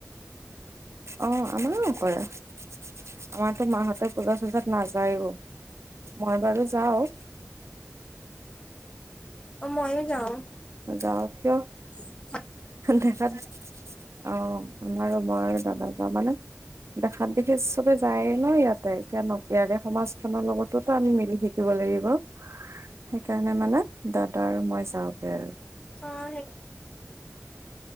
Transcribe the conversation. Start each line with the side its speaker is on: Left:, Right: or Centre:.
Right: অ' আমাৰো কৰে আমাৰ মাহ পলা হাজাৰ ন যাই মই বাৰু যাওওঁ
Left: অ মইয়ো যাওঁ।
Right: যাৱ কিয়?
Left: <inaudible>
Right: দেখাত অ' আমাৰো মই আৰু দাদা যাওঁ মানে দেখাত বিশেষ চবে যায়ে ন ইয়াতে এতিয়া ইয়াৰে সমাজখনৰ লগতোতো আমি মিলি থাকিব লাগিব সেইকাৰণে মানে দাদা আৰু মই যাওঁ। সে
Left: অ সেই